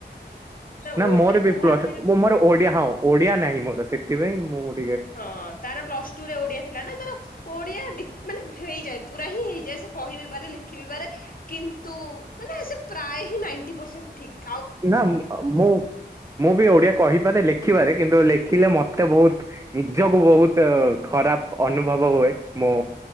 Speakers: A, on the right; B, on the left.
A: ନା
B: ଓ
A: ମୋର
B: ମାନେ
A: ବି
B: କୁହାକୁହିରେ
A: ପଲସ୍ ମୋର ଓଡିଆ ନାହଁ ଓଡିଆ ନାହିଁ ମୋର ସେଥି। ସେଥିପାଇଁ ମୁଁ ।
B: ହଁ ତାର ପ୍ଲସ ଟୁରେ ଓଡିଆ ଥିଲା ନା ତାର ଓଡିଆ ଡି ମାନେ ହେଇଯାଏ ପୁରା ହିଁ ହେଇଯାଏ ସେ କହିବି ପାରେ ଲେଖିବି ପାରେ କିନ୍ତୁ ମାନେ ସେ ପ୍ରାୟ । ହି ନାଇଣ୍ଟି ପରସେନ୍ଟ ଠିକ୍ ।
A: ନା ମ ମୁଁ ମୁଁ ବି ଓଡିଆ କହିପାରେ ଲେଖ । ଲେଖିବାରେ କିନ୍ତୁ ଲେଖିଲେ ମତେ ବହୁତ ନିଜକୁ ବହୁତ ଖରାପ ଅନୁ ଭବ ହୁଏ ମୁଁ